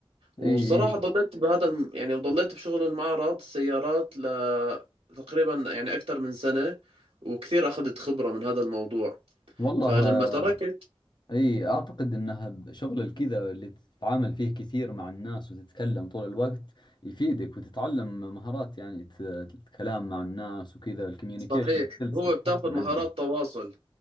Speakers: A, on the right; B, on the left.
A: والصراحة
B: اي اي
A: ضليت بهذا الم... يعني ضليت بشغل المعرض سيارات ل تقريبا يعني أكثر من سنة وكثير أخذت خبرة من هذا الموضوع
B: والله
A: فلما
B: آه،
A: تركت
B: اي اعتقد انها شغل الكذا اللي تتعامل فيه كثير مع الناس وتتكلم طول الوقت يفيدك وتتعلم مهارات يعني ت- الكلام مع الناس وكذا الكوميونيكيشن
A: صحيح
B: سكيلز
A: هو
B: تتحسن
A: بتاخذ مهارات
B: عندك
A: تواصل